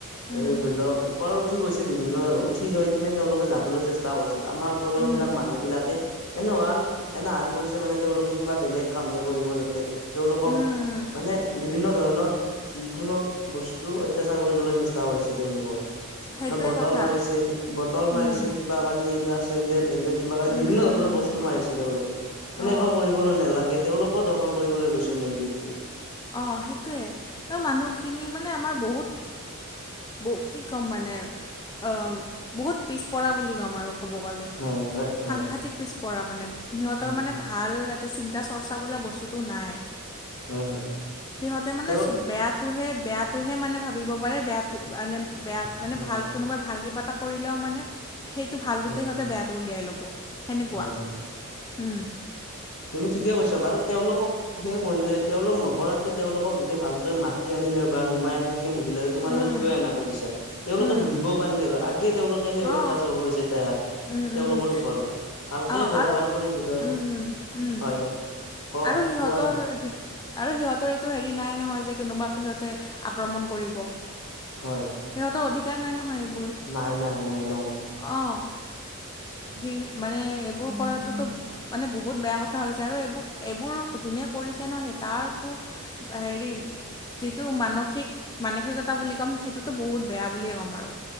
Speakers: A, on the left; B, on the left.
A: উম,
B: এই ধৰি লওঁক ওপৰত উঠি গৈছে বিভিন্ন উঠি যায় কিনে তেওঁলোকে যাবলৈ চেষ্টা। চেষ্টা কৰিছিল আমাৰ তলৰ
A: উম,
B: বিলাক মানুহ। এনেৱান এনে আন কৰিছে মানে তেওঁলোকে কিবা বেলেগ কামে কৰিব যাতে তেওঁলোকক
A: উম,
B: মানে বিভিন্ন ধৰণৰ যিকোনো বস্তু অত্যাচাৰ কৰিবলৈ চেষ্টা কৰিছে তেওঁলোকক
A: সেইটোৱে
B: অ বটল
A: কথা।
B: মাৰিছে বটল মাৰিছে
A: উম,
B: কিবা কানি এইবিলাক চেন্দেল তেন্দেল কিবা কাৰণে
A: উম,
B: বিভিন্ন
A: উম,
B: ধৰণৰ
A: উম,
B: বস্তু
A: উম,
B: মাৰিছে তেওঁলোক এনেকুৱা
A: অ',
B: কৰিবলৈ নালাগে তেওঁলোকো দৰ্শন কৰিবলৈ গৈছে মন্দিৰটো
A: অহ সেইটোৱে ন মানুহখিনি মানে আমাৰ বহুত ব কি ক'ম মানে অহ বহুত পিছপৰা বুলি ক'ম আৰু কব গলে
B: হয় হয় হয়
A: সাংঘাটিক পিছপৰা মানে সিহঁতৰ
B: হয়
A: মানে ভা ভাল এতে চিন্তা চৰ্চা বোলা বস্তুটো নাই
B: হয় হয়।
A: সিহঁতে মানে
B: তেওঁ
A: চব বেয়াটোহে বেয়াটোহে মানে ভাবিব পাৰে বেয়াটো মানে বেয়া। মানে
B: হয়
A: ভাল কোনোবাই ভাল কিবা এটা কৰিলেও মানে সেইটো ভালটোতে
B: হয়
A: সিহঁতে বেয়াটো উলিয়াই ল'ব। সেনেকুৱা
B: হয় হয়
A: উম।
B: তুমি ঠিকে কৈছা বাৰু তেওঁলোকক সেই। কৰিলে তেওঁলোক নকৰাতে তেওঁলোকক যদি ভালকৈ মাতি আনিলে বা নমাই আনি কিনে সুধিলে তোমালোকে
A: উম,
B: কিয় এনে কৰিছা তেওঁলোকে
A: উম,
B: সুধিবও পাৰিলেগৈ আগে তেওঁলোকে সেই
A: অঁ,
B: অত্যাচাৰ কৰিছে তাক
A: উম,
B: তেওঁলোকৰ
A: উম, উম,
B: ওপৰত ভালকে
A: অঁ
B: ব্যৱহাৰ
A: আৰু
B: কৰি সোধা
A: উম, উম, উম
B: হয় দিয়ক ক
A: আৰু সিহঁতৰ
B: কোৱা তুমি
A: সে আৰু সিহঁতৰ এইটো হেৰি নাই নহয় যে কোনোবা সিহঁতে আক্ৰমণ কৰিব
B: হয়
A: সিহঁতৰ অধিক নাই নহয় এই
B: নাই নাই নাই নাই
A: অঁহ সি মানে এইবোৰ কৰাটোতো মানে বহুত বেয়া কথা হৈছে আৰু এইবোৰ এইবোৰ যোনে কৰিছে ন সেই তাৰতো এ হেৰি যিটো মানসিক মানসিকতা বুলি ক'ম সেইটো তো বহুত বেয়া বুলিয়ে ক'ম আৰু